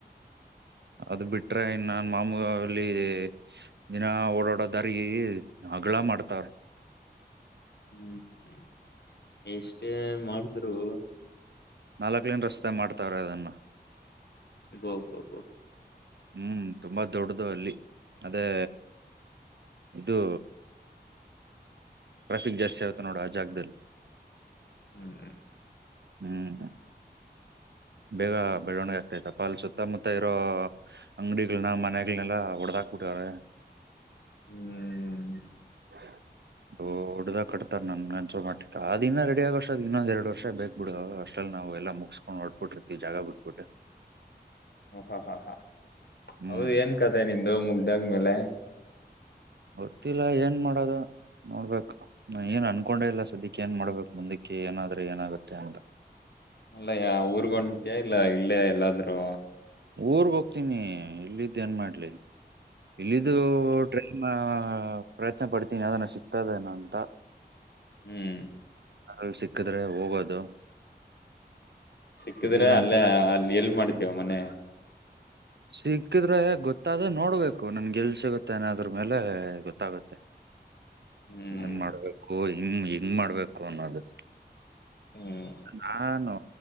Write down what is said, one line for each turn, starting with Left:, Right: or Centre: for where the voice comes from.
Right: ಅದ ಬಿಟ್ರೆ ಇನ್ ನನ್ ಮಾಮೂ ಅಲ್ಲಿ ದಿನ ಓಡಾಡೋದಾರಿ ಅಗಳ ಮಾಡ್ತಾರೆ
Left: ಹ್ಮ್ ಹ್ಮ್ ಎಷ್ಟೇ ಮಾಡಿದ್ರು
Right: ನಾಲ್ಕ್ಲನ್ ರಸ್ತೆ ಮಾಡ್ತವ್ರ ಅದನ್ನು
Left: ವಾ ವಾ ವಾ
Right: ಹ್ಮ್ ತುಂಬಾ ದೊಡ್ಡದು ಅಲ್ಲಿ ಅದೇ ಇದು ಟ್ರಾಫಿಕ್ ಜಾಸ್ತಿ ಅಗುತ್ ನೋಡ್ ಅ ಜಾಗ್ದಲ್.
Left: ಹ್ಮ್
Right: ಹ್ಮ್ ಬೇಗ ಬೆಳ್ವಣಿಗೆ ಆಗ್ತೈತಪ್ಪ ಸುತ್ತ ಮುತ್ತ ಇರೋ ಅಂಗಡಿಗಳ್ನ ಮನೆಗಳ್ನೆಲ್ಲ ಒಡದಾಕ್ಬಿಟ್ಟ. <unintelligible>
Left: ಹ್ಮ್
Right: ಹ್ಮ ಓ ಹೊಡ್ದಾಗ್ ಕಡ್ತಾರ್ ನನ್ ಅಂಚೋಮಟ್ಟಿಗ ಆದಿನ್ನ ರೆಡಿ ಆಗ ಅಷ್ಟ್ರಲ್ ಇನ್ನೊಂದ ಎರಡು ವರ್ಷ ಬೆಕ್ ಬಿಡು ಅಷ್ಟಲ್ಲಿ ನಾವು - ಎಲ್ಲ ಮುಗಸ್ಕೊಂಡ್ ಹೊಡ್ಬಿಟ್ಟಿರ್ತಿವಿ ಜಾಗ ಬಿಟ್ಬಿಟ್
Left: ಓ ಹಾ ಹಾ ಹಾ
Right: ಹ್ಮ್
Left: ಹೌದುನ್ ಕತೆೆ ನಿಂದು ಮುಗ್ದಾದ್ಮೇಲೆ.
Right: ಗೊತ್ತಿಲ್ಲ ಏನ್ ಮಾಡೋದ. ನೋಡ್ಬೇಕ್ ನ ಏನ್ ಅನ್ಕೊಂಡೆ ಇಲ್ಲ ಸದ್ಯಕ್ಕೆ ಏನ್ ಮಾಡ್ಬೇಕು ಮುಂದಕ್ಕೆ ಏನಾದ್ರೆ ಏನಾಗುತ್ತೆ ಅಂತ. <unintelligible>
Left: ಇಲ್ಲಯ ಊರ್ಗ್ ಒಂಟ್ತ್ಯ ಇಲ್ಲ ಇಲ್ಲೇ ಎಲ್ಲಾದ್ರೂ.
Right: ಊರ್ಗ್ ಹೋಗ್ತೀನಿ ಇಲ್ಲಿದ್ದು ಏನ್ ಮಾಡ್ಲಿ ಇಲ್ಲಿದ್ದು ಟ್ರೈನ್. ನಾ ಪ್ರಯತ್ನ ಪಡ್ತೀನಿ ಯಾದನ ಸಿಗ್ತದೆನ ಅಂತ.
Left: ಹ್ಮ್
Right: ಹಂಗ್ ಸಿಕ್ಕಿದ್ರೆ ಹೋಗೋದು.
Left: ಸಿಕ್ಕಿದ್ರೆ
Right: ಇಲ್ಲ ಅಂತ
Left: ಅಲ್ಲೇ ಅಲ್ಲಿ ಎಲ್ ಮಾಡ್ತೀಯಾ ಮನೆ.
Right: ಸಿಕ್ಕಿದ್ರೆ ಗೊತ್ತಾದ ನೋಡ್ಬೇಕು ನನ್ ಗೆಲ್ಸಗೊತ್ತೆ ಏನಾದ್ರು ಮೇಲೆ ಗೊತ್ತಾಗುತ್ತೆ.
Left: ಹ್ಮ್
Right: ಏನ್ ಮಾಡ್ಬೇಕು ಹಂಗ ಹಿಂಗ್ ಮಾಡ್ಬೇಕು ಅನ್ನೋದು.
Left: ಹ್ಮ್
Right: ನಾನು